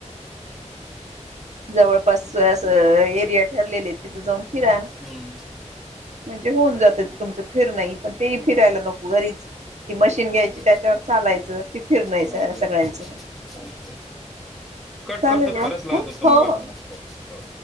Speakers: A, on the right; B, in the centre.
A: जवळपास अस एरिया ठरलेले तिथं जाऊन फिरा
B: हम्
A: म्हणजे होऊन जात तुमचं फिरण पण तेही फिरायला नको घरीच ती मशीन घ्यायची
B: हो
A: त्याच्यावर चालायचं त फिर नाहीच
B: हा उघडत
A: सगळ्यांचं
B: चालत कट
A: चालेल
B: करतात परत लावतात
A: मग
B: तुम्हाला
A: हो हो
B: मॅडम हो